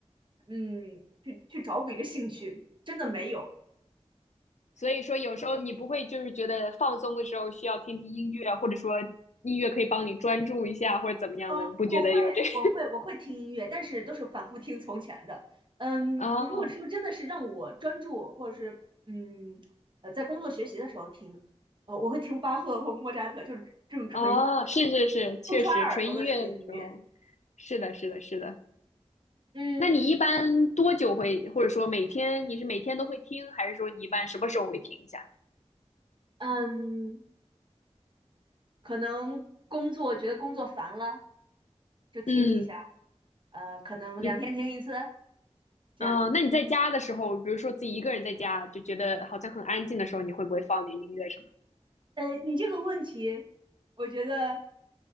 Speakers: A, on the right; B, on the left.
A: 嗯去去找补一个兴趣，真的没有。
B: 所以说有时候你不会就是觉得放松的时候需要听听音乐，或者说音乐可以帮你专注一下，或者怎么样的，
A: 嗯，
B: 你不觉得有这个？
A: 我会，我会，我会听音乐，但是都是反复听从前的。嗯，
B: 哦
A: 你如果说真的是让我专注，或者是嗯呃，在工作学习的时候听，呃，我会听巴赫或莫扎特，就是这种纯音乐，
B: 哦，是是是，确实纯音乐的时候，
A: 不抓耳朵的纯音乐。
B: 是的，是的，是的。
A: 嗯
B: 那你一般多久会，或者说每天你是每天都会听，还是说你一般什么时候会听一下？
A: 嗯，可能工作觉得工作烦了，就听一下。
B: 嗯，
A: 呃，可能两天听一次
B: 你
A: 这样。
B: 嗯、呃那你在家的时候，比如说自己一个人在家，就觉得好像很安静的时候，你会不会放点音乐什么的？
A: 呃，你这个问题，我觉得